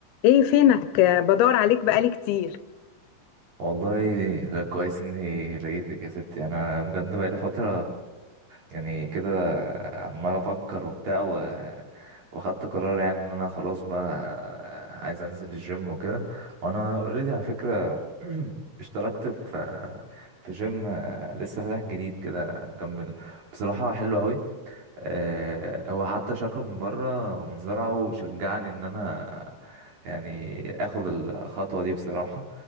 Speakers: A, on the left; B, on the right.
A: ايه فينك آه، بدور عليك بقالي كتير
B: والله ده كويس اني لقيتك يا ستي انا بجد بقالي فترة يعني كده عمال افكر وبتاع و... واخدت قرار يعني ان انا خلاص بقى عايز انزل الجيم وكده وانا اوريدي على فكرة <clears throat> اشتركت في في جيم لسه فاتح جديد كده جنبنا بصراحة حلو قوي آه، هو حتى شكله من بره منظره شجعني ان انا يعني اخد الخطوه دي بصراحه